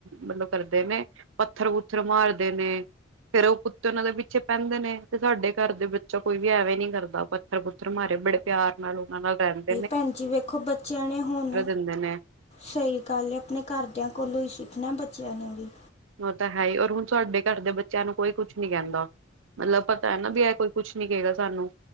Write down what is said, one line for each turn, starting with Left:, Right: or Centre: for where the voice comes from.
Right: ਮਤਲਬ ਕਰਦੇ ਨੇ ਪੱਥਰ-ਪੁੱਥਰ ਮਾਰਦੇ ਨੇ ਫੇਰ ਓ ਕੁੱਤੇ ਓਨਾਂ ਦੇ ਪਿੱਛੇ ਪੈਂਦੇ ਨੇ ਤੇ ਸਾਡੇ ਘਰ ਦੇ ਵਿੱਚੋ ਕੋਈ ਵੀ ਐਵੇਂ ਨੀ ਕਰਦਾ ਪ ਪੁਥਰ-ਪੁੱਥਰ ਮਾਰੇ ਬੜੇ ਪਿਆਰ ਨਾਲ ਓਨਾਂ ਨਾਲ ਰੈਂਦੇ।
Left: ਭੈਨ ਜੀ ਵੇਖੋ ਬੱਚੇਆਂ ਨੇ ਹੁਨ
Right: ਦਿੰਦੇ ਨੇ
Left: ਸਈ ਗੱਲ ਐ ਆਪਨੇ ਘਰਦਿਆਂ ਕੋਲੋਂ ਈ ਸਿੱਖਨੈ ਬੱਚੇਆਂ ਨੇ ਵੀ।
Right: ਓ ਤਾਂ ਹੈ ਈ ਔਰ ਹੁਨ ਸਾਡੇ ਘਰ ਦੇ ਬੱਚੇਆਂ ਨੂੰ ਕੋਈ ਕੁਛ ਨੀ ਕੈਂਦਾ। ਮਤਲਬ ਪਤਾ ਐ ਨਾ ਵੀ ਐਏ ਕੋਈ ਕੁੱਛ ਨੀ ਕਏਗਾ ਸਾਨੂੰ।